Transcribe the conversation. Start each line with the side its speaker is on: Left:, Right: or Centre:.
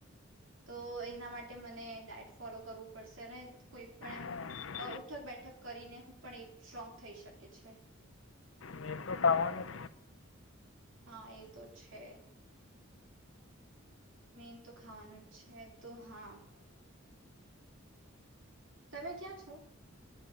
Right: તો એના માટે મને ડાયટ ફોલો કરવું પડશે અને કોઈ પણ એમ
Left: હા
Right: ઉઠક બેઠક કરીને હું પણ એ સ્ટ્રોંગ થઈ શકે છે.
Left: મેં તો ખાવાનું
Right: હા એ તો છે. મેન તો ખાવાનું જ છે તો હા તમે ક્યાં છો.